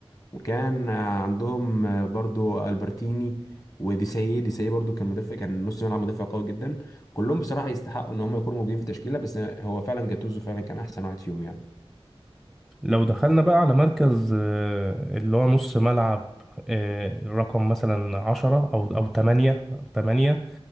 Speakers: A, on the left; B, in the centre.
A: وكان آه، عندهم آه، برضه البرتيني وديسايي ديسايي برضه كان مدافع كان نص ملعب مدافع قوي جدا كلهم بصراحة يستحقوا ان هم يكونوا موجودين في تشكيلة بس هو فعلا جاتوزو فعلا كان احسن واحد فيهم يعني
B: لو دخلنا بقى على مركز آه، اللي هو نص ملعب آه، رقم مثلا عشرة أو أو تمانية تمانية